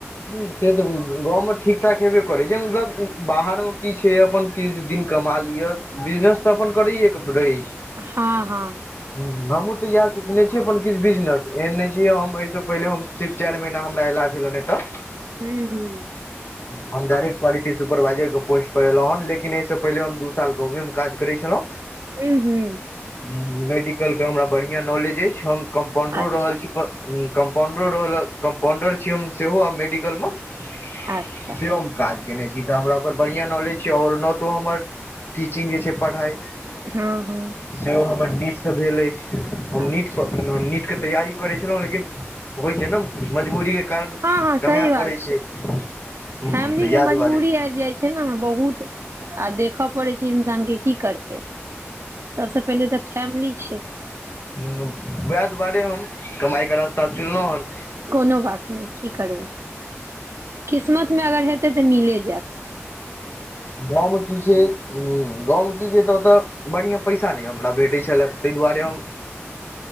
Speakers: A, on the left (about 50°); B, on the right (about 70°).
A: हम्म, से तऽ गाँवमे ठीकठाक हेबे करै छै मतलब बाहर मे की छै, अपन किछ दिन कमा लियऽ, बिजनेस तऽ अपन करैेये के प रहै छै।
B: हँ-हँ।
A: हम्म, हमहुँ तऽ यैह सोचने छीयै अपन किछु बिजनेस, एहेन नहि छीयै हम एहिस पहिले हम सिर्फ चारि महीना हमरा एला भेल नहि तऽ
B: हू-हूँ।
A: हम डायरेक्ट क्वालिटी सुपरवाईजर के पोस्ट पर एलौं हँ, लेकिन एहिस पहिले हम दू साल गांवै में काज करै छलौं।
B: हू-हूँ।
A: ह मेडिकलके हमरा बढ़िआँ नॉलेज अछि, हम कम्पाउंडरो
B: अच्छा
A: रहल छी। प-उम् कम्पाउंडरो रहल, कम्पाउंडर छीयै हम सेहो आब मेडिकल मऽ। सेबम
B: अच्छा
A: काज केने छी तऽ हमरा ओकर बढ़िआँ नॉलेज छै, और न तोऽ हमर टीचिंग जे छै परहाइ
B: हँ-हँ।
A: से ओ हमर नीट से भेल अछि। हम
B: अच्छा
A: नीट प न-नीट के तैयारी करै छलौं, लेकिन होइ छै न मजबूरी के कार कऽमैऽ
B: हँ हँ सही बात
A: पड़ै छै। ह्म्म,
B: फैमिली
A: त
B: के
A: यैह
B: मजबूरी
A: दुआरे।
B: आबि जाइ छै न बहुत। आ देखऽ पड़ै छै इंसान के, की करतै? सबसे पहिले तऽ फैमिली छै।
A: ह्म्म वएह दुआरे हम कमाइ के रास्ता चुनलहुं हन।
B: कोनो बात नै, की करबै। किस्मत मे अगर हेतै तऽ मिले जात।
A: गाँव में की छै ह्म्म गाँव में की छै त तऽ बढ़ियां पैसा नै हमरा भेटै छलए। त एहि दुआरे हम